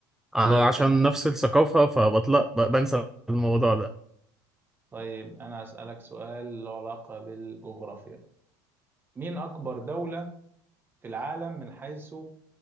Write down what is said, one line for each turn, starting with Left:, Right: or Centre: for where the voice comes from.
Centre: أنا
Right: طيب
Centre: عشان
Right: تمام
Centre: نفس الثقافة فبطلق ب- بنسى الموضوع ده
Right: طيب أنا أسألك سؤال له علاقة بالجغرافيا مين أكبر دولة في العالم من حيث